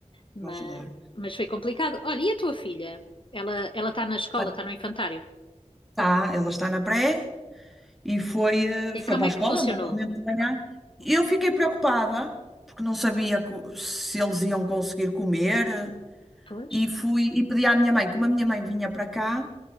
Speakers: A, on the left; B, in the centre.
A: Mas,
B: vou ajudar.
A: mas foi complicado. Olha, e a tua filha? Ela, ela está na escola,
B: Olha,
A: está no infantário.
B: tá, ela está na pré e foi, eh,
A: E
B: foi
A: como
B: para a
A: é
B: escola,
A: que funcionou?
B: normalmente de manhã. Eu
A: Hum,
B: fiquei preocupada, porque não sabia co- se eles iam conseguir comer, eh,
A: Pois,
B: e fui e pedi à minha mãe, como a minha mãe vinha para cá.